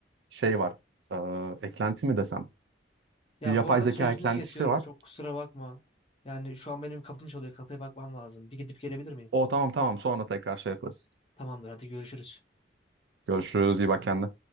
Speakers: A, on the right; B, on the left.
A: şey var. Ee, eklenti mi desem?
B: Ya
A: Bir yapay
B: bu arada
A: zeka
B: sözünü
A: eklentisi
B: kesiyorum
A: var.
B: çok kusura bakma. Yani şu an benim kapım çalıyor kapıya bakmam lazım. Bir gidip gelebilir miyim?
A: O tamam tamam sonra tekrar şey yaparız.
B: Tamamdır hadi görüşürüz.
A: Görüşürüz. iyi bak kendine.